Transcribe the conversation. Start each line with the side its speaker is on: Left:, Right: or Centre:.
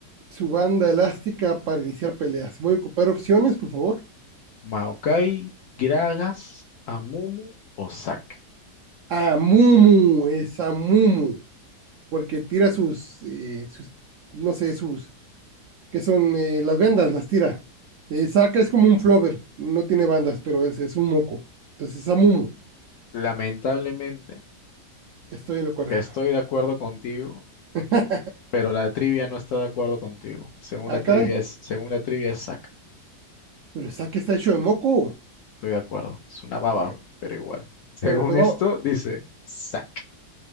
Right: Su banda elástica para iniciar peleas. Voy a ocupar opciones, por favor.
Left: ¿Maokai, Gragas, Amumu o Zack?
Right: Amumu, es Amumu, porque tira sus, eh, sus, no sé, sus que son eh, las vendas, las tira. Eh, saca es como un flover, no tiene bandas, pero es, es un moco. Entonces, Amumu,
Left: Lamentablemente,
Right: estoy en lo correcto.
Left: estoy de acuerdo contigo,
Right: <laughs>
Left: pero la trivia no está de acuerdo contigo. Según
Right: ah,
Left: la trivia
Right: caray,
Left: es, según la trivia es Zack.
Right: pero Saca está hecho de moco.
Left: Estoy de acuerdo. Es una baba,
Right: Bueno,
Left: pero igual. Según
Right: bueno, pues
Left: esto,
Right: vamos.
Left: dice sac.